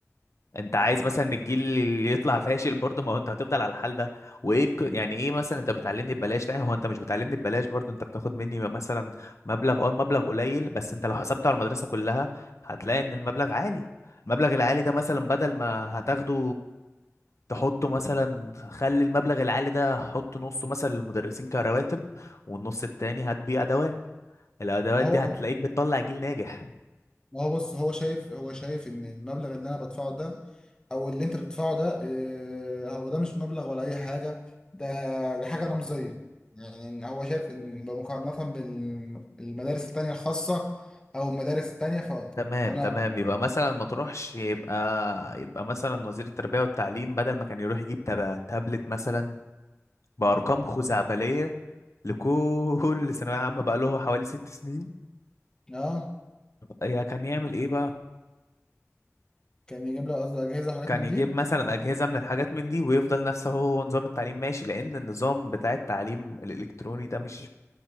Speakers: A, on the left; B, on the left.
A: انت عايز مثلا الجيل اللي يطلع فاشل برضه ما هو انت هتفضل على الحال ده وايه الك- يعني ايه مثلا انت بتعلمني ببلاش لا هو انت مش بتعلمني ببلاش برضه انت بتاخد مني مثلا مبلغ اه المبلغ قليل بس انت لو حسبته على المدرسة كلها هتلاقي ان المبلغ عالي المبلغ العالي ده مثلا بدل ما هتاخده تحطه مثلا خلي المبلغ العالي ده حط نصه مثلا للمدرسين كرواتب والنص التاني هات بيه ادوات الادوات
B: ما هو
A: دي هتلاقيك بتطلع جيل ناجح
B: ما هو بص هو شايف هو شايف ان المبلغ اللي انا بدفعه ده او اللي انت بتدفعه ده آه، هو ده مش مبلغ ولا اي حاجه ده ده حاجه رمزيه يعني إن هو شايف ان بمقارنه بالمدارس التانيه الخاصه او المدارس التانيه ف...
A: تمام
B: فانا
A: تمام يبقى مثلا ما تروحش يبقى يبقى مثلا وزير التربية والتعليم بدل ما كان يروح يجيب تبا تابلت مثلا بأرقام خزعبلية لكل ثانوية عامة بقى له حوالي ست سنين
B: اه
A: يا كان يعمل ايه بقى
B: كان يجيب لي قصدي اجهزه وحاجات
A: كان
B: من
A: يجيب
B: دي
A: مثلا أجهزة من الحاجات من دي ويفضل نفسه هو نظام التعليم ماشي لأن النظام بتاع التعليم الإلكتروني ده مش